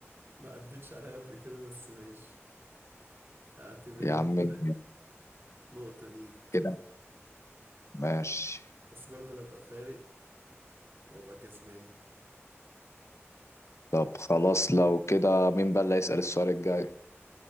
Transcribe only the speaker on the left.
يا عم
كده ماشي
طب خلاص لو كده مين بقى اللي هيسأل السؤال الجاي